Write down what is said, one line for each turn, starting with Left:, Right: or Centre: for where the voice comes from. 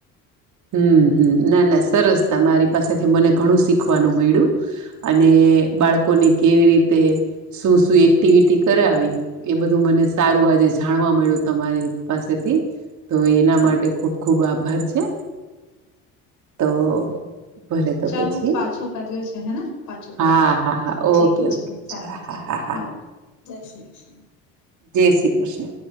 Right: હમ હમ ના ના સરસ તમારી પાસેથી મને ઘણું શીખવાનું મળ્યું અને બાળકોને કેવી રીતે શું-શું એક્ટિવિટી કરાવી એ બધું મને સારું આજે જાણવા મળ્યું તમારી પાસેથી તો એના
Left: હા
Right: માટે ખુબ ખુબ આભ આભાર છે. તો ભલે તો
Left: ચાલો
Right: પછી
Left: પાછું કર્યું છે હેના પાછું
Right: હા
Left: કર્યું છે
Right: હા હા ઓકે
Left: ઠીક છે
Right: ઓકે
Left: ચાલો
Right: હા હા હા હા
Left: આવ જય શ્રી કૃષ્ણ
Right: જય શ્રી કૃષ્ણ